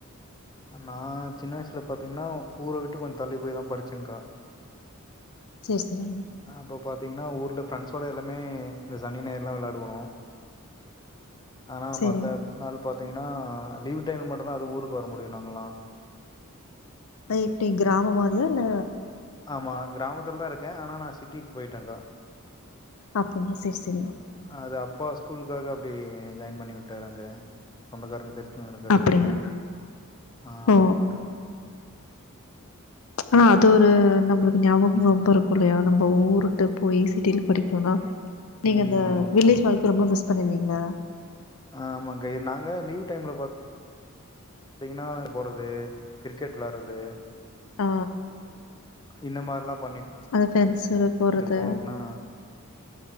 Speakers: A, on the left; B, on the left.
A: நா சின்ன வய்சுல பாத்தீங்கனா ஊர விட்டு கொஞ் தள்ளி போய் தா படிச்சேங்க்கா
B: சேர் செரி
A: அ அப்ப பாத்தீங்கனா ஊர்ல ஃப்ரெண்ட்ஸோட எல்லாமே இந்த சனி, ஞாய்றுலா வெளாடுவோ ஆனா
B: சரி.
A: மத்த நாள் பாத்தீங்கனா லீவ் டைம்ல மட்டுந்தா அது ஊருக்கு வர முடியு நாங்கல்லா
B: அது எப்டி கிராமம் மாரியா இல்ல
A: ஆமா கிராமத்துல் தா இருக்கே ஆனா நா சிட்டிக் போய்ட்டேங்க்கா
B: அப்டிங்ளா சேர் செரி
A: அது அப்பா ஸ்கூலுக்காக அப்டி ஜாயின் பண்ணி விட்டாரு அங்க சொந்தக்காரங்க தெரி் டு இருக்கிறதுனால
B: அப்படியா?
A: ஆமாங்கா
B: ஓ! ஆனா அது ஒரு நம்ளுக்கு ஞாபகம் ரொம்ப இருக்கு இல்லையா நம்ம ஊருட்டு போய் சிட்டிலப் படிக்கோனா நீங்க
A: ம்.
B: அந்த
A: ஆமாங்க்கா.
B: வில்லேஜ் வாழ்க்கை ரொம்ப மிஸ் பண்ணிருந்தீங்ளா
A: ஆ ஆமாங்கா இர் நாங்க லீவு டைம்ல பாத் தீங்னா போறது கிரிக்கெட் விளார்றது
B: ஆ
A: இந்த மார்லாப் பண்ணிட்டுருப்போ
B: அந்த ஃப்ரெண்ட்ஸோட போறது.
A: அபுனா